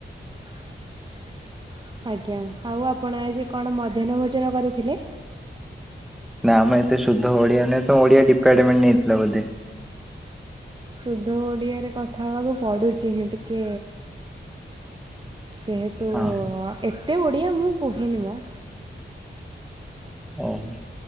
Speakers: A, on the right; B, in the centre.
A: <inaudible> ଆଜ୍ଞା ଆଉ ଆପଣ ଆଜି କଣ ମଧ୍ୟାହ୍ନ ଭୋଜନ କରିଥିଲେ?
B: ନା ଆମେ ଏତେ ସୁଦ୍ଧ ଓଡିଆ ନହଁ ତ ଓଡିଆ ଡିପାର୍ଟମେଣ୍ଟ ନେଇଥିଲା ବୋଧେ।
A: ସୁଧ ଓଡିଆରେ କଥା ହେବାକୁ ପଡୁଛି ହିଁ ଟିକେ ଯେହେତୁ
B: ହଁ
A: ଏତେ ବଢ଼ିଆ ମୁଁ କୁହେନି ମ।
B: ଓହୋ।